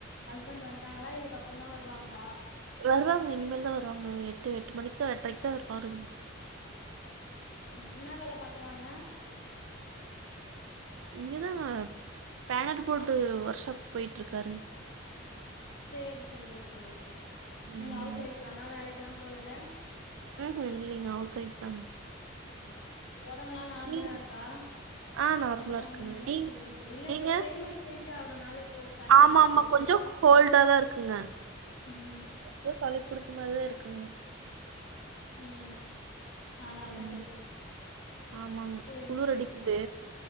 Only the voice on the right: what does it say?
வருவாங்க இனிமேல் தா வருவாங்க எட்டு எட்டு மணிக்கு தா எட்ரைக்கு தா வருவாருங்
இங்க தாங்க பேனர்ட்டு போர்டு ஒர்க்ஷாப் போய்ட்ருக்காருங்
ம்
உ ஹூம் இல்லிங்க ஹவுஸ் ஒய்ஃப் தாங்க
நீங்க
ஆ நார்மலா
இருக்குங்க
நீ
நீங்க
ஆமா
ஆமா கொஞ்சோ ஹோல்ட தா இருக்குங்க
கொஞ்ச சளி புடிச்ச மாரிதா இருக்குங்க
ம்
ஆமாங்க
குளிர்
அடிக்குது